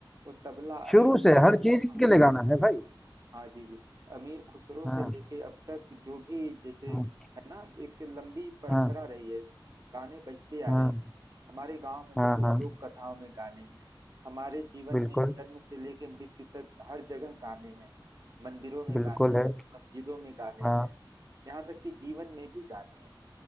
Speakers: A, on the right; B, in the centre.
A: वो तबला अमीर
B: शुरू से
A: खुस
B: हर चीज
A: हाँ
B: के
A: जी
B: लिए गाना है भाई
A: हाँ जी जी अमीर खुसरो
B: हाँ
A: से लेके अब तक जो भी जैसे
B: हाँ
A: है ना एक लंबी परंपरा
B: हाँ
A: रही है गाने बजते आ
B: हाँ
A: रहे हैं हमारे गांव में
B: हाँ
A: देखो
B: हाँ
A: लोक कथाओं में गाने हैं हमारे जीवन
B: बिल्कुल
A: में जन्म से लेके मृत्यु तक हर जगह गाने हैं मंदिरों में
B: बिल्कुल
A: गाने हैं
B: है
A: मस्जिदों में गाने
B: हाँ
A: हैं यहाँ तक कि जीवन में भी गाने हैं